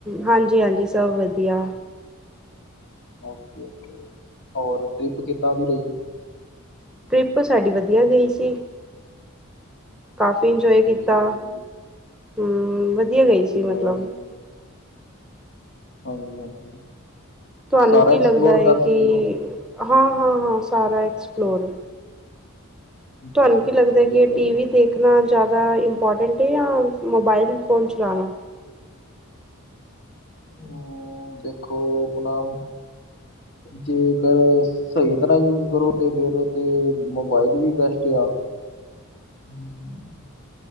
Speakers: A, in the centre; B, on the left.
A: ਹਾਂਜੀ ਹਾਂਜੀ ਸਭ ਵਧੀਆ
B: ਓਕੇ ਓਕੇ ਹੋਰ ਟ੍ਰਿਪ ਕਿੱਦਾਂ ਦੀ ਰਹੀ।
A: ਟਰਿੱਪ ਸਾਡੀ ਵਧੀਆ ਗਈ ਸੀ। ਕਾਫ਼ੀ ਇੰਜੋਏ ਕੀਤਾ
B: ਠੀਕ ਹੈ ਜੀ,
A: ਹਮ ਵਧੀਆ ਗਈ ਸੀ ਮਤਲਬ
B: ਆ ਵਧੀਆ, ਹਾਂਜੀ ਹਾਂਜੀ
A: ਤੁਹਾਨੂੰ
B: ਸਾਰਾ
A: ਕੀ
B: ਐਕਸਪਲੋਰ
A: ਲੱਗਦਾ ਹੈ
B: ਕਰਕੇ
A: ਕਿ
B: ਆਏ ਹੋ?
A: ਹਾਂ ਹਾਂ ਹਾਂ ਸਾਰਾ ਐਕਸਪਲੋਰ
B: ਜੀ
A: ਤੁਹਾਨੂੰ
B: ਜੀ
A: ਕੀ ਲੱਗਦਾ
B: ਵਧੀਆ
A: ਕਿ ਇਹ
B: ਗੱਲ
A: ਟੀ
B: ਹੈ,
A: ਵੀ ਦੇਖ ਸਿੱਖਣਾ ਜ਼ਿਆਦਾ ਇੰਪੋਰਟੈਂਟ ਹੈ ਜਾਂ ਮੋਬਾਈਲ ਫ਼ੋਨ ਚਲਉਣਾ
B: ਹਮ ਦੇਖੋ ਆਪਣਾਮ ਜੇਕਰ ਸਹੀ ਤਰ੍ਹਾਂ ਯੂਜ ਕਰੋ ਤੇ ਫੇਰ ਤੇ ਮੋਬਾਇਲ ਵੀ ਬੈਸਟ ਆ <inaudible>